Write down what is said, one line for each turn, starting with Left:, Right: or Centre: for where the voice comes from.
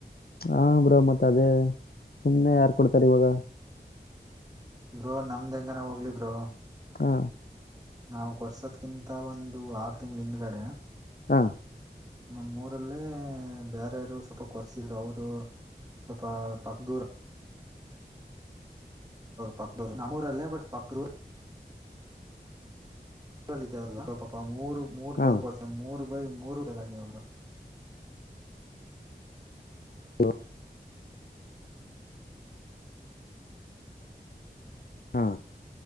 Left: ಹಾ ಬ್ರೋ ಮತ್ತೆ ಅದೇ ಸುಮ್ನೆ ಯಾರ್ ಕೊಡ್ತಾರೆ ಇವಾಗ
Right: ಬ್ರೋ ನಮ್ದ್ ಹೆಂಗನ ಹೋಗ್ಲಿ ಬ್ರೋ
Left: ಹಾ
Right: ನಾವವು ಕೊರ್ಸದ್ಕಿಂತ ಒಂದು ಆರು ತಿಂಗಳ ಹಿಂದ್ಗಡೆ
Left: ಹಾ
Right: ನಮ್ಮಊರಲ್ಲೇ ಬೇರಾರರು ಸ್ವಲ್ಪ ಕೊರ್ಸಿದ್ರು ಅವರು ಸ್ವಲ್ಪ ಪಕ್ ದೂರ್ ತಗ್ದೂರವರು ನಮ್ಮೂರಲ್ಲೇ ಬಟ್ ಪಕ್ರ್ ರ ಅವ್ರ ಪಾಪ ಮೂರು ಮೂರ್
Left: ಹಾ
Right: ಬರ್ ಕೊರ್ಸ ಮೂ ಬರೀ ಮೂರು ವೇರ ಆಗ ಅವರು
Left: ಹ್ಮ್ ಹಾ